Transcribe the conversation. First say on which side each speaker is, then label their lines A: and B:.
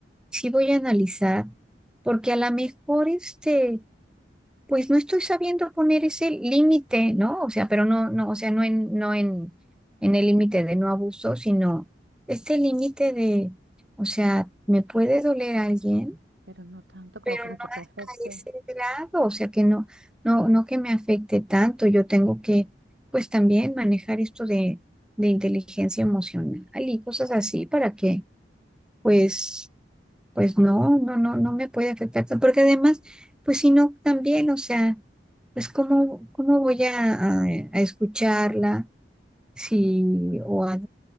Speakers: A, in the centre; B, on the right.
A: Sí voy a analizar, porque a lo mejor este, pues no estoy sabiendo poner ese límite, ¿no? O sea, pero no, no, o sea, no en, no en, en el límite de no abuso, sino este límite de, o sea, ¿me puede doler alguien?
B: pero no tanto como
A: pero
B: para
A: no hasta
B: que te afecte.
A: ese grado, o sea que no, no, no que me afecte tanto, yo tengo que, pues también manejar esto de, de inteligencia emocional y cosas así para que, pues, pues no, no, no, no me puede afectar tanto, porque además, pues si no, también, o sea, pues cómo, cómo voy a, a- a escucharla si, o a-